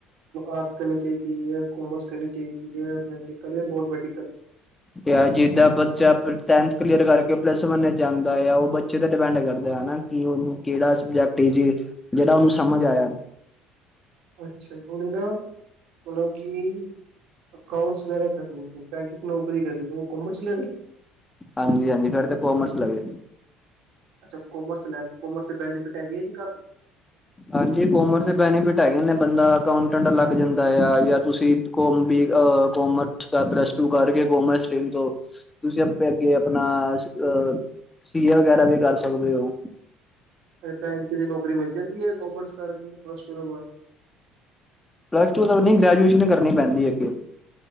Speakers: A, on the right; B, on the left.
A: ਆਰਟਸ ਕਰਨੀ ਚਾਹੀਦੀ ਐ, ਕਾਮਰਸ ਕਰਨੀ ਚਾਹੀਦੀ ਐ, ਮੈਡੀਕਲ ਜਾ ਨੋਨ ਮੈਡੀਕਲ?
B: ਜਾਂ ਜਿੱਦਾਂ ਬੱਚਾ ਟੈਨਥ ਕਲੀਅਰ ਕਰਕੇ ਪਲੱਸ ਵਨ ਜਾਂਦਾ ਆ ਉਹ ਬੱਚੇ ਤੇ ਡਿਪੈਂਡ ਕਰਦਾ ਆ ਹਨਾ। ਕਿ ਉਹਨੂੰ ਕਿਹੜਾ ਸਬਜੈਕਟ ਈਜੀ ਜਿਹੜਾ ਉਹਨੂੰ ਸਮਝ ਆਇਆ
A: ਅੱਛਾ, ਉਹਨੇ ਨਾ ਮਤਲਬ ਕਿ ਅਕਾਊਂਟਸ ਵਗੈਰਾ ਕਰਨੇ, ਬੈਂਕਿੰਗ ਨੌਕਰੀ ਕਰਨੀ ਐ, ਉਹ ਕਮਰਸ ਲੈ ਲਈ
B: ਹਾਂਜੀ-ਹਾਂਜੀ, ਫੇਰ ਤੇ ਕੋਮਰਸ ਲਵੇ
A: ਅੱਛਾ, ਕੋਮਰਸ ਲੈਣ ਕੋਮਰਸ ਬੈਨੀਫਿਟ ਹੈਗੇ ਜੀ ਕਾ
B: ਹਾਂਜੀ, ਕੋਮਰਸ ਦੇ ਬੈਨੀਫਿਟ ਹੈਗੇ ਨੇ ਬੰਦਾ ਅਕਾਊਂਟੈਂਟ ਲੱਗ ਜਾਂਦਾ ਆ ਜਾਂ ਤੁਸੀਂ ਕੋ ਬੀ ਕੋਮਰਸ ਪਲੱਸ ਟੂ ਕਰਕੇ ਕਮਰਸ ਸਿਟਰੀਮ ਤੋਂ ਤੁਸੀਂ ਆਪੇ ਅੱਗੇ ਆਪਣਾ ਅਹ- ਸੀਏ ਵਗੈਰਾ ਵੀ ਕਰ ਸਕਦੇ ਓ।
A: ਫ ਬੈਂਕ ਵੀ ਨੌਕਰੀ ਮਿਲ ਜਾਂਦੀ ਐ ਕੋਮਰਸ ਕਰਕੇ ਪਲੱਸ ਟੂ ਤੋਂ ਬਾਅਦ
B: ਪਲੱਸ ਟੂ ਤਾਂ ਗ੍ਰੈਜੂਏਸ਼ਨ ਕਰਨੀ ਪੈਂਦੀ ਐ ਅੱਗੇ